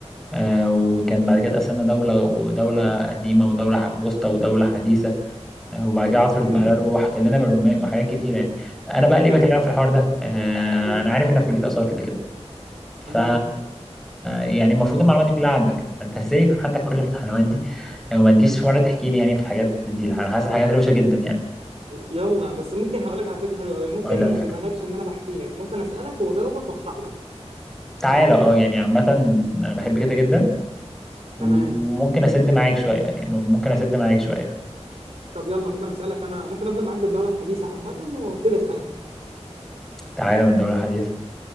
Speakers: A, in the centre; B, on the right (about 65°).
A: آه، وكان بعد كده اتقسمنا دوله ودوله
B: تمام
A: قديمه ودوله ح- وسطى ودوله حديثه آه، وبعد كده عصر الاضمحلال
B: جميل
A: وحط لنا من الرومان وحاجات كتيره يعني انا بقى ليه
B: حلو
A: بكلمك في الحوار ده آه،
B: قول لي
A: انا عارف انك في كليه اثار كده كده ف
B: تمام
A: يعني المفروض المعلومات دي كلها عندك فانت ازاي يكون عندك كل المعلومات دي يعني ما تجيش في مره تحكي لي يعني في الحاجات دي انا حاسس الحاجات روشه جدا يعني
B: يلا بس ممكن هقول لك على فكره حلوه قوي ممكن
A: اه لا على
B: ما
A: فكره
B: اجيبها لكش ان انا بحكي لك ممكن اسالك واجاوبك واشرح لك
A: تعالى اه يعني عامه انا بحب كده جدا وممكن
B: تمام
A: اسد معاك شويه يعني ممكن اسد معاك شويه
B: طب يلا ممكن اسالك انا ممكن ابدا معاك بالدوره الحديثه عامه وابتدي اسالك
A: تعالى من دوره حديثه